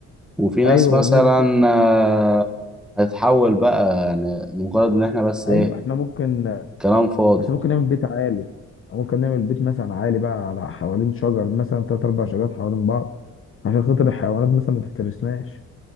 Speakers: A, in the centre; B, on the left.
A: وفي ناس
B: ايوه
A: مثلا
B: والناس دي
A: آه، هتتحول بقى يعني مجرد ان احنا بس
B: ايوه
A: ايه
B: احنا ممكن
A: كلام فاضي
B: بس ممكن نعمل بيت عالي أو ممكن نعمل بيت مثلا عالي بقى على حوالين شجر مثلا تلات اربع شجرات حوالين بعض عشان خاطر الحيوانات مثلا ما تفترسناش